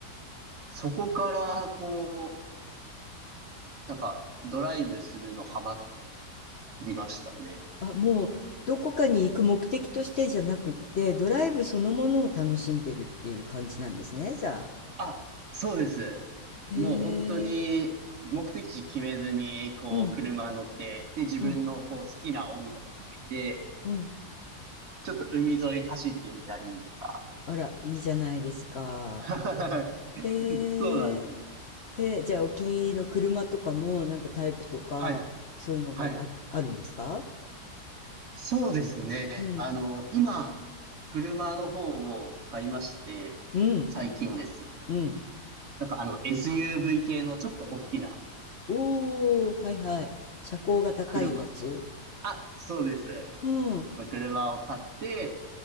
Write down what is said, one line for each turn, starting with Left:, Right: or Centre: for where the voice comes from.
Right: そこから、こう、なんか、ドライブするのハマりましたね。
Left: あ、もうどこかに行く目的としてじゃなくってドライブそのものを楽しんでるっていう感じなんですね、じゃあ。
Right: あ、そうです。
Left: へ
Right: もう本当に、
Left: え。
Right: 目的地決めずに、こう、
Left: うん。
Right: 車乗って、で、自分のこう好きな音楽かけて、
Left: うん。うん。
Right: ちょっと海沿い走ってみたりとか。
Left: あら、いいじゃないですか。
Right: <laughs>
Left: へえ。
Right: そうなんですよ。
Left: へえ。じゃあお気に入りの車とかもなんかタイプとかそういうのがあ、
Right: はいはい。
Left: あるんですか
Right: そうですね。
Left: うん
Right: あの、今、車の方を買いまして、
Left: うん、
Right: 最近です。
Left: うん。
Right: なんかあの、SUV 系のちょっと大きな
Left: おお、はいはい。車高が高いやつ。
Right: 車。あ、そうです。
Left: うん、
Right: その車を買って、